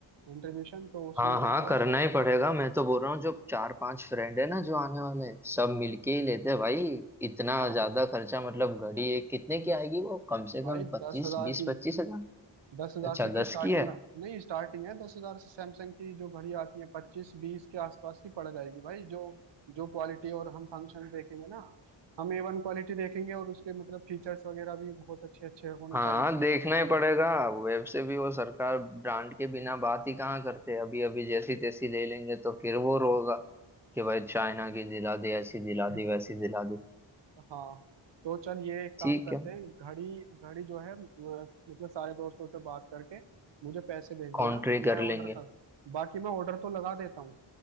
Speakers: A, on the right (about 60°); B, in the centre.
A: कंट्रीब्यूशन तो उसमें
B: हाँ
A: क्या
B: हाँ
A: होगा
B: करना ही पड़ेगा मैं तो बोल रहा हूँ जो चार पांच फ्रेंड है ना जो आने वाले हैं सब मिलके ही लेते हैं भाई इतना
A: हाँ
B: ज्यादा खर्चा मतलब घड़ी एक कितने की आएगी वो कम से
A: भाई
B: कम पच्चीस
A: दस हजार
B: बीस
A: की
B: पच्चीस हजार
A: दस हजार
B: अच्छा
A: से तो
B: दस
A: स्टार्टिंग
B: की है
A: नहीं स्टार्टिंग है दस हजार से सैमसंग की जो घड़ी आती है पच्चीस बीस के आसपास की पड़ जाएगी भाई जो जो क्वालिटी और हम फंक्शन देखेंगे ना हम ए वन क्वालिटी देखेंगे और उसके मतलब फीचर्स वगैरह भी बहुत अच्छे अच्छे होने
B: हाँ
A: चाहिए
B: देखना ही पड़ेगा वेब से भी वो सरकार ब्रांड के बिना बात ही कहाँ करते हैं अभी अभी जैसी तैसी ले लेंगे तो फिर वो रोगा कि भाई चाइना की दिला दे ऐसी दिला
A: <laughs>
B: दी वैसी दिला दी
A: हाँ तो चल ये एक काम
B: ठीक
A: करते
B: है
A: हैं घड़ी घड़ी जो है म- मतलब सारे दोस्तों से बात करके मुझे पैसे भेज देना
B: कॉन्ट्री कर
A: मैं ऑर्डर
B: लेंगे
A: कर बाकी मैं ऑर्डर तो लगा देता हूँ,